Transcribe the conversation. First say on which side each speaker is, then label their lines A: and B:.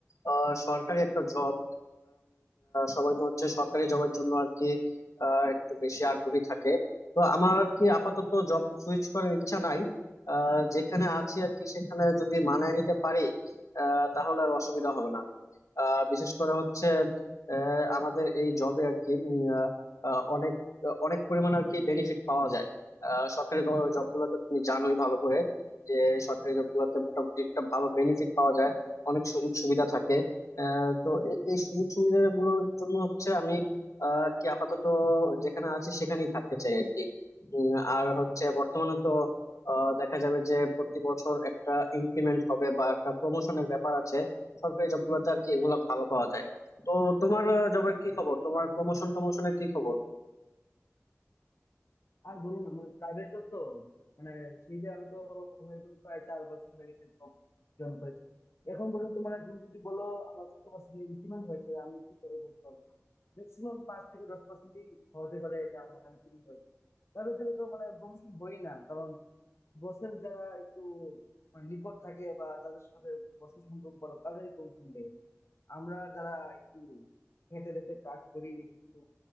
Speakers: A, on the left (about 80°); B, on the left (about 55°).
A: আহ, সরকারি একটা জব সবাই তো হচ্ছে সরকারি জবের জন্য আর কি আহ, একটু বেশি আগ্রহী থাকে তো আমার আর কি আপাতত জব সুইচ করার ইচ্ছা নাই আহ, যেখানে আছি আর কি সেখানে যদি মানায় নিতে পারি আহ, তাহলে আর অসুবিধা হবে না আহ, বিশেষ করে হচ্ছে আহ, আমাদের এই জবে আর কি উম, আহ, আহ, অনেক অনেক পরিমাণ আর কি বেনিফিট পাওয়া যায় আহ সরকারি জব গুলোতে তুমি জানোই ভালো করে যে সরকারি জব গুলোতে মোটামুটি একটা ভালো বেনিফিট পাওয়া যায় অনেক সুযোগ সুবিধা থাকে আহ, তো এ- এই সুযোগ সুবিধা গুলোর জন্য হচ্ছে আমি আহ, আর কি আপাতত যেখানে আছি সেখানেই থাকতে চাই আর কি উম, আর হচ্ছে বর্তমানে তো আহ, দেখা যাবে যে প্রতি বছর একটা ইনক্রিমেন্ট হবে বা একটা প্রমোশনের ব্যাপার আছে সরকারি জব গুলোতে আর কি এগুলা ভালো পাওয়া যায় তো তোমার জবের কি খবর তোমার প্রমোশন টমোশনের কি খবর
B: আর বলুন আমার প্রাইভেট জব তো মানে সেই যে আমি তো হয়ে গেলো প্রায় চার বছর হয়ে গেছে জয়েন করেছি এখন পর্যন্ত মানে তুমি যদি বলো আমার কত পার্সেন্ট ইনক্রিমেন্ট হয়েছে আমি কি করে বলতে পারবো না ম্যাক্সিমাম পাঁচ থেকে দশ পার্সেন্টই হতে পারে যে আমার ইনক্রিমেন্ট হয়েছে প্রাইভেট জবে তো মানে প্রমোশন হই না কারণ বসের যারা একটু মানে নিকট থাকে বা তাদের সাথে বসের সম্পর্ক বলো তাদেরই প্রমোশন আমরা যারা একটু খেটে খেটে কাজ করি একটু